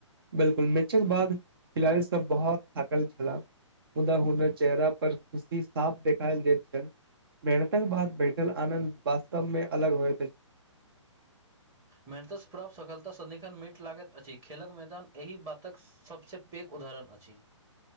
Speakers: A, on the right (about 45°); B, on the right (about 15°).
A: बिल्कुल मैचक बाद खिलाड़ी सब बहुत थाकल छला मुदा हुनर चेहरा पर खुशी साफ देखाल देत छैल मेहनतक बाद बैठल आनंद वास्तव मे अलग होइत अछि
B: मेहनतस प्राप्त सफलता सदिखन मीट लागैत अछि खेलक मैदान एहि बातक सबसे पैघ उदाहरण अछि